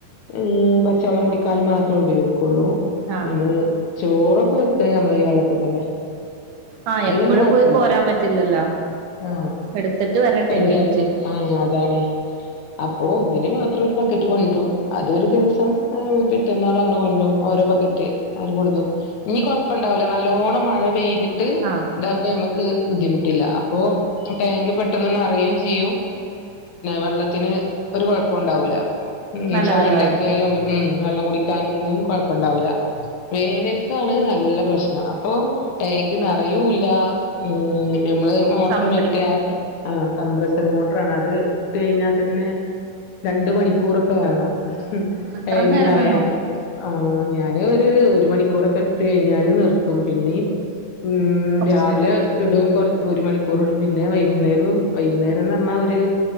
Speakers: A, on the left (about 65°); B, on the right (about 70°).
A: ഉം പറ്റ് ച്ച വള്ളം കുടിക്കാനും മാത്രം ഉപയോഗി കൊള്ളു
B: ആഹ്
A: ഞമ്മള് ചോറ് ക്ക്‌ വെക്ക ഞമ്മളെ ഈ വെള്ളത്തിതന്നെ
B: ആഹ്
A: അയ്നൊന്നും
B: എപ്പഴും
A: കൊയപ്പില്ല
B: പോയി കോരാൻ പറ്റില്ലല്ലോ
A: ആ
B: എടുത്തിട്ട് വരണ്ടേ
A: എന്റെ
B: വെയിറ്റ്
A: അറിവും ആ അതാണെ അപ്പൊ അയിന് മാത്രം ഒര് ബക്കറ്റ് കൊണ്ടരും അത് ഒര് ദിവസം പിറ്റന്നാളും അങ്ങനെ കൊണ്ടുരും ഒരേ ബക്കറ്റ് അങ്ങനെ കൊണ്ടുന്നു ഇനി കൊഴപ്പം ഉണ്ടാവില്ല നല്ലോണം മഴ പെയ്തി ട്ട്
B: ആഹ്
A: ഇതാവുമ്പം ഞമ്മക്ക് ബുദ്ധിമുട്ടില്ല അപ്പൊ ട്ടാങ്ക് ‌ പെട്ടന്ന് നെറേയും ചെയ്യും വെള്ളത്തിന് ഒരു കൊഴപ്പോം ഉണ്ടാവൂല ഉം
B: നല്ല
A: ചായണ്ടാക്കിയാലും
B: വെള്ളായിരിക്കും
A: ഉം വെള്ളം കുടിക്കാനൊന്നും കൊഴപ്പണ്ടാവൂല്ല വേനൽക്കാണ് നല്ല പ്രശ്നം അപ്പൊ ടാങ്ക് നെറയുംല്ലാ ഉം ഞമ്മള് മോട്ടറ്
B: സമയം
A: മറ്റേ
B: പിടിക്കും
A: ആ ആ കംപ്രെസ്ഡ് മോട്ടർ ആണ് അത് ഇട്ട് കഴിഞ്ഞാൽ തന്നെ രണ്ട് മണിക്കൂർ ഒക്കെ വേണം
B: അത്ര
A: ടാങ്ക്
B: നേരം
A: നിറയാന്
B: വേണോ
A: ആഹ് ഞാന് ഒരു ഒരു മണിക്കൂർ ഒക്കെ ഇട്ട് കഴിഞ്ഞാൽ നിർത്തും പിന്നെ ഉം
B: കൊറച്ച്
A: രാവിലെ ഇടും കുറ ഒരു മണിക്കൂർ ഇടും പിന്നെ വൈകുന്നേരം വൈകുന്നേരന്ന് പറഞ്ഞാൽ ഒരു